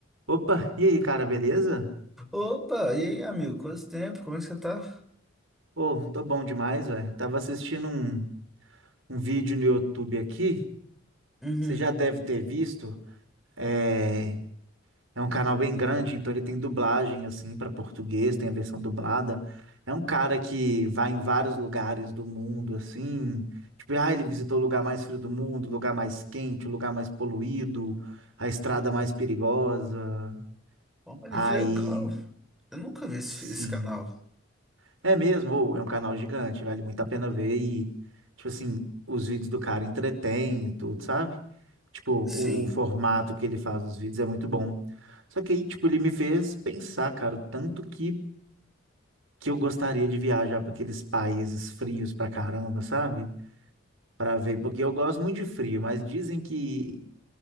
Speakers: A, on the right; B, in the centre.
A: Opa, e aí, cara, beleza?
B: Opa, e aí, amigo? Quanto tempo? Como é que você tá?
A: Ô, tô bom demais, velho. Tava assistindo um, um vídeo no YouTube aqui,
B: Uhum.
A: você já deve ter visto. É, é um canal bem grande, então ele tem dublagem, assim, para português, tem a versão dublada. É um cara que vai em vários lugares do mundo, assim. Tipo, ah, ele visitou o lugar mais frio do mundo, o lugar mais quente, o lugar mais poluído, a estrada mais perigosa.
B: Olha,
A: Aí,
B: que legal. Eu nunca vi esse,
A: sim.
B: esse canal.
A: É mesmo, ou é um canal gigante, vale muito a pena ver e, tipo assim, os vídeos do cara entretêm e tudo, sabe? Tipo, o,
B: Sim.
A: o formato que ele faz os vídeos é muito bom. Só que aí, tipo, ele me fez pensar, cara, o tanto que, que eu gostaria de viajar para aqueles países frios pra caramba, sabe? Pra ver, porque eu gosto muito de frio, mas dizem que,